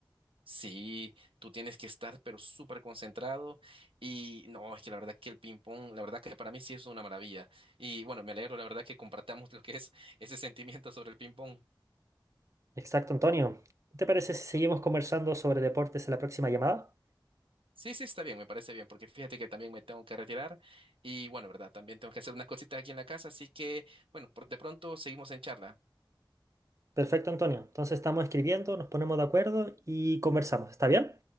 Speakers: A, on the right (about 90°); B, on the right (about 35°).
A: Sí, tú tienes que estar pero súper concentrado y no, es que la verdad que el ping pong, la verdad que para mí sí es una maravilla. Y bueno, me alegro, la verdad que compartamos <laughs> lo que es ese sentimiento sobre el ping pong.
B: Exacto, Antonio. ¿Qué ¿Te parece si seguimos conversando sobre deportes en la próxima llamada?
A: Sí, sí, está bien, me parece bien, porque fíjate que también me tengo que retirar y bueno, verdad, también tengo que hacer unas cositas aquí en la casa, así que bueno, por de pronto seguimos en charla.
B: Perfecto, Antonio. Entonces estamos escribiendo, nos ponemos de acuerdo y conversamos. ¿Está bien?